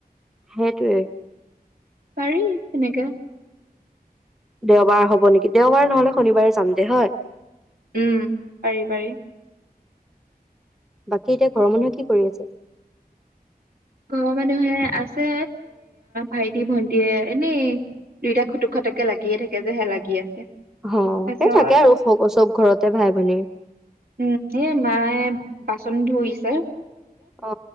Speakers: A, in the centre; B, on the right.
A: সেইটোৱে।
B: পাৰি তেনেকাে
A: দেওবাৰ হব নেকি দেওবাৰ নহলে শনিবাৰে যাম দে হয়।
B: উম পাৰি পাৰি।
A: বাকী এতিয়া ঘৰৰ মানুহে কি কৰি আছে।
B: ঘৰৰ মানুহে আছে ভাইটি ভন্টিয়ে এনেই দুইটা খুটুক খটুককে লাগিয়ে থাকে যে হে লাগি আছে।
A: অ
B: তাৰপিছত
A: সেই থাকে আৰু চব ঘৰতে ভাই ভনীৰ।
B: উম এ মায়ে বাচন ধৰিছে।
A: অ